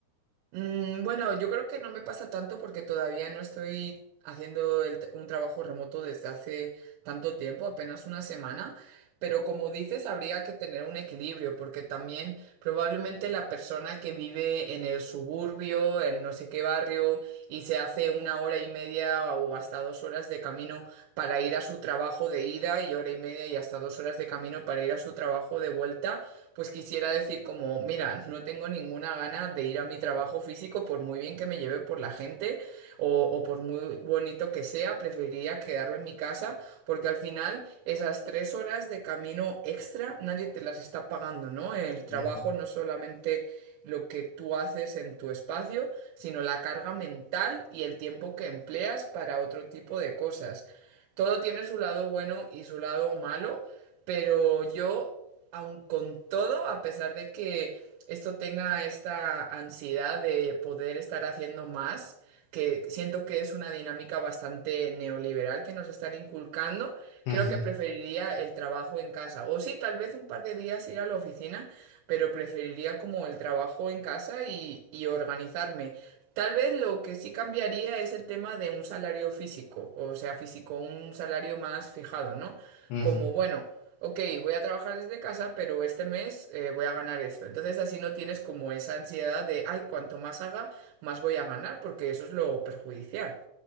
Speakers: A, on the right (about 85°); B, on the left (about 80°).
A: Mm, bueno, yo creo que no me pasa tanto porque todavía no estoy haciendo el t- un trabajo remoto desde hace tanto tiempo, apenas una semana. Pero como dices, habría que tener un equilibrio, porque también probablemente la persona que vive en el suburbio, en no sé qué barrio, y se hace una hora y media o hasta dos horas de camino para ir a su trabajo de ida y hora y media y hasta dos horas de camino para ir a su trabajo de vuelta, pues quisiera decir como, mira, no tengo ninguna gana de ir a mi trabajo físico por muy bien que me lleve por la gente o, o por muy bonito que sea, preferiría quedarme en mi casa porque al final esas tres horas de camino extra nadie te las está pagando, ¿no? El trabajo
B: Ujú,
A: no solamente lo que tú haces en tu espacio, sino la carga mental y el tiempo que empleas para otro tipo de cosas. Todo tiene su lado bueno y su lado malo, pero yo, aun con todo, a pesar de que esto tenga esta ansiedad de poder estar haciendo más, que siento que es una dinámica bastante neoliberal que nos están inculcando,
B: ujú,
A: creo que preferiría el trabajo en casa. O sí, tal vez un par de días ir a la oficina, pero preferiría como el trabajo en casa y, y organizarme. Tal vez lo que sí cambiaría es el tema de un salario físico, o sea, físico, un salario más fijado, ¿no?
B: ujú.
A: como, bueno, ok, voy a trabajar desde casa, pero este mes eh, voy a ganar esto. Entonces así no tienes como esa ansiedad de, ay, cuanto más haga, más voy a ganar, porque eso es lo perjudicial.